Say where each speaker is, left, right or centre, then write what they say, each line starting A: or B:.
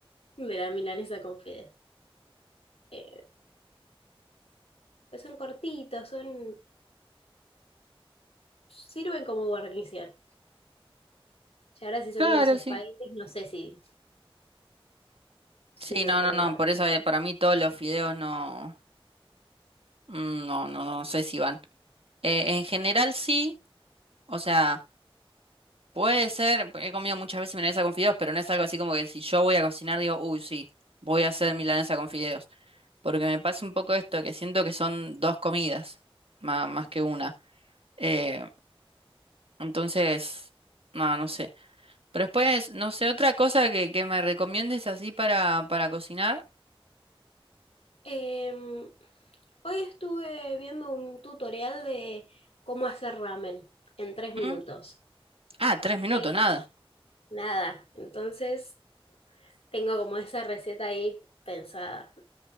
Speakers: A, on the left (about 85°); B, on the right (about 75°).
A: de la milanesa con fideo. Eh, pues son cortitos, son, sirven como guarnición. Y ahora si son
B: Claro,
A: unos espaguetis,
B: sí.
A: no sé si sirven
B: Sí, no,
A: como
B: no, no,
A: guarnición.
B: por eso eh, para mí todos los fideos no. Mm, No, no, no sé si van. Eh, en general sí, o sea, puede ser, he comido muchas veces milanesa con fideos, pero no es algo así como que si yo voy a cocinar digo, uy, sí, voy a hacer milanesa con fideos. Porque me pasa un poco esto, que siento que son dos comidas, ma- más, que una. Eh, entonces, no, no sé. Pero después, no sé, otra cosa que, que me recomiendes así para, para cocinar.
A: Em, hoy estuve viendo un tutorial de cómo hacer ramen en tres
B: ¿Mm?
A: minutos.
B: Ah, tres minutos,
A: Eh,
B: nada.
A: nada, entonces tengo como esa receta ahí pensada.